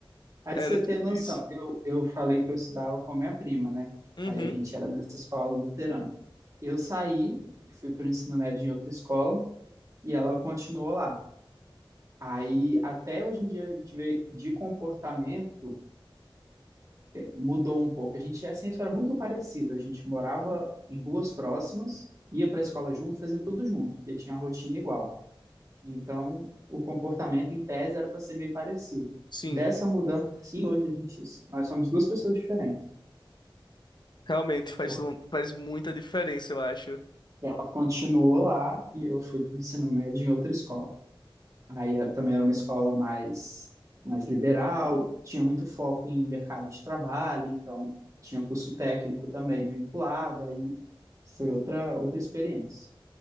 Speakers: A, on the right (about 35°); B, on the left (about 55°).
A: Aí
B: Era
A: pra você
B: tipo
A: ter noção,
B: isso.
A: eu, eu falei que eu estudava com a minha prima, né?
B: Uhum,
A: Aí a gente era dessa escola luterana. Eu saí e fui para o ensino médio em outra escola e ela continuou lá. Aí até hoje em dia a gente vê de comportamento mudou um pouco. A gente assim, era muito parecido. A gente morava em ruas próximas, ia para a escola junto, fazia tudo junto, e tinha a rotina igual. Então, o comportamento em tese era para ser meio parecido.
B: sim,
A: Dessa mudança, sim, hoje a gente, nós somos duas pessoas diferentes,
B: realmente faz,
A: porque
B: um- faz muita diferença, eu acho.
A: ela continuou lá e eu fui para o ensino médio em outra escola. Aí era, também era uma escola mais, mais liberal, tinha muito foco em mercado de trabalho, então tinha curso técnico também vinculado, aí foi outra, outra experiência.